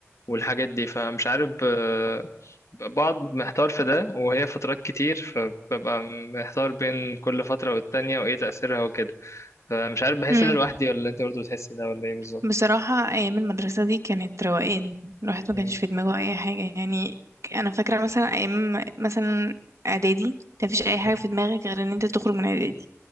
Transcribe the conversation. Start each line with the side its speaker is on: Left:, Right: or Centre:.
Left: والحاجات دي فمش عارف آه، بقعد محتار في ده وهي فترات كتير فببقى محتار بين كل فترة والتانية وإيه تأثيرها وكده فمش عارف بحس
Right: مم.
Left: إن أنا لوحدي ولا أنت برضو بتحسي ده ولا إيه بالظبط
Right: بصراحة أيام المدرسة دي كانت روقان الواحد ما
Left: مم.
Right: كانش في دماغه أي حاجة يعني أنا فاكرة مثلا أيام مثلا إعدادي كان مفيش أي حاجة
Left: مم.
Right: في دماغك غير إن أنت تخرج من إعدادي